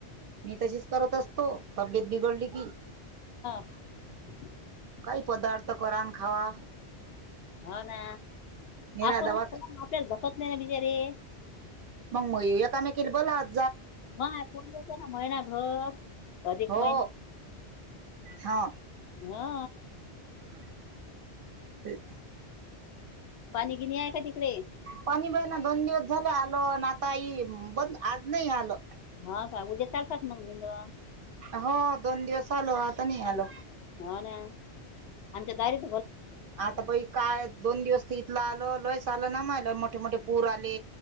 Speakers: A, on the right (about 60°); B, on the left (about 70°).
A: मी तशीच करत असतो तब्येत बिघडली की
B: <unintelligible>
A: काही पदार्थ कन खावा
B: होा ना
A: निरा
B: आपणच
A: दवा
B: आपल्याला भधकत नाही ना बिचारीे
A: मग मग ये म बला होता
B: म प येत ना महिना घर अधिक
A: हो
B: महिना
A: हा
B: हा
A: हम ते
B: पाणी गिणी आहे का तिकडे
A: पाणी बाई दोन दिवस झाले आलो आणि आता आई बंद आज नाही आलं
B: हा का उद्या चालतात मग निंदवन
A: हो दोन दिवस आचालो आता नाही आलो
B: हो ना आमच्या दारीच
A: आता बाई काय दोन दिवस तर इथलं आलो. लयस आलं ना मलं मोठे मोठे पूर आले.